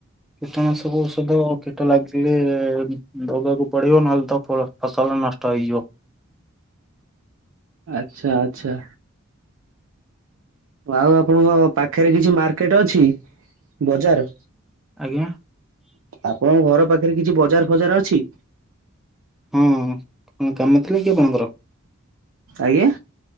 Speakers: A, in the centre; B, on the right.
A: କୀଟନାଶକ ଔଷଧ କୀଟ ଲାଗିଲେ ଦବାକୁ ପଡିବ ଓ ନ ହେଲେ ତ ଫଳ ଫସଲ ନଷ୍ଟ ହେଇଯିବ।
B: ଆଛା ଆଚ୍ଛା। ଆଉ ଆପଣଙ୍କ ପାଖରେ କିଛି ମାର୍କେଟ ଅଛି ବଜାର
A: ଆଜ୍ଞା
B: ଆପଣଙ୍କ ଘର ପାଖରେ କିଛି ବଜାର ଫଜାର ଅଛି।
A: ହଁ କଣ କାମ ଥିଲା କି ଆପଣଙ୍କର
B: ଆଜ୍ଞା।